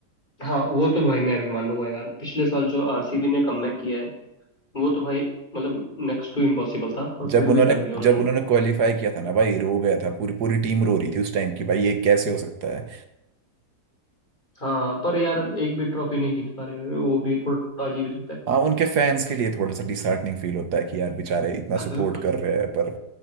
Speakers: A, on the left; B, on the right.
A: हाँ वो तो भाई मैं भी मानूंगा यार पिछले साल जो आरसीबी ने कमबैक किया है वो तो भाई मतलब नेक्स्ट टू इम्पॉसिबल था पर
B: जब
A: फिर भी
B: उन्होंने
A: कर दिया उन्होंने
B: जब उन्होंने क्वालिफाई किया था ना भाई रो गया था पूरी पूरी टीम रो रही थी उस टाइम की भाई ये कैसे हो सकता है
A: हाँ पर यार अब एक भी ट्रॉफी नहीं जीत पा रहे वो भी थोड़ा अजीब ही लगता
B: हाँ उनके फैंस के लिए थोड़ा सा डिसहार्टनिंग फील होता है कि यार बेचारे इतना सपोर्ट
A: है <coughs>
B: कर रहे हैं पर